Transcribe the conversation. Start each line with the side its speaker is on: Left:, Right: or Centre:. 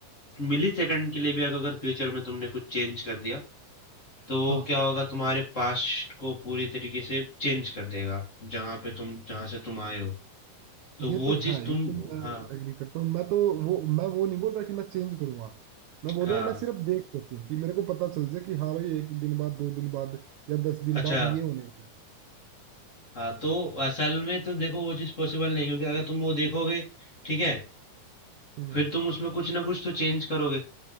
Left: मिली सेकंड के लिए भी अगर फ्यूचर में तुमने कुछ चेंज कर दिया तो वो
Right: हाँ
Left: क्या होगा तुम्हारे पास्ट को पूरी तरीके से चेंज कर देगा जहां पे तुम जहां से तुम आए हो तो
Right: ये
Left: वो
Right: तो है
Left: चीज तुम
Right: ये तो मैं
Left: हाँ
Right: एग्री करता हूँ मैं तो वो मैं वो नहीं बोल रहा कि मैं चेंज करूंगा मैं बोल
Left: हाँ
Right: रहा हूँ मैं सिर्फ देख सकूँ कि मेरे को पता चल जाए कि हाँ भाई एक दिन बाद दो दिन बाद या दस दिन
Left: अच्छा
Right: बाद ये होने वाला है।
Left: हाँ तो असल में तो देखो वो चीज पॉसिबल नहीं है, क्योंकि अगर तुम वो देखोगे ठीक है
Right: हम्म
Left: फिर तुम उसमें कुछ ना कुछ तो चेंज करोगे